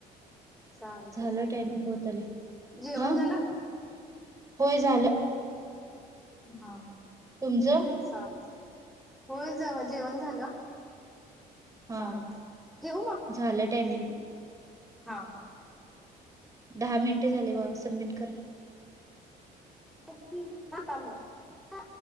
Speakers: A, in the centre; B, on the right.
A: चालत,
B: झालं
A: चालत,
B: टायमिंग होत आलंय.
A: जेवण
B: हा
A: झालं?
B: होय झालं
A: हा
B: तुमचं
A: चालतंय होय जावं जेवण झालं
B: हा
A: चालतंय
B: हा
A: ठेवू मग?
B: झालं टायमिंग
A: हा
B: दहा मिनिट झाल बा सबमिट कर
A: थांब थांब बाळा